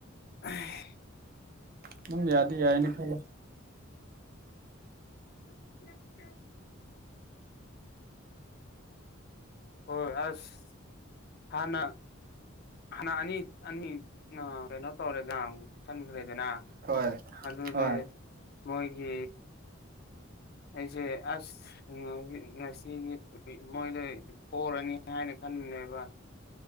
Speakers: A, on the left; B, on the right.
A: <unintelligible>
B: ꯑꯗꯨꯝ ꯌꯥꯗꯤ ꯌꯥꯏꯅ ꯈꯜꯂꯦ꯫
A: <unintelligible> ꯍꯣꯏ ꯑꯁ ꯍꯥꯅ ꯍꯥꯟꯅ ꯑꯅꯤ ꯑꯅꯤ ꯅ ꯀꯩꯅꯣ ꯇꯧꯔꯦꯗꯅ ꯆꯟꯈ꯭ꯔꯦꯗꯅ
B: ꯍꯣꯏ
A: ꯑꯗꯨꯗꯩ
B: ꯍꯣꯏ
A: ꯃꯣꯏꯒꯤ ꯑꯩꯁꯦ ꯑꯁ ꯉꯁꯤꯗꯤ ꯃꯣꯏꯗ ꯄꯣꯔꯅꯤ ꯍꯥꯏꯅ ꯈꯟꯕꯅꯦꯕ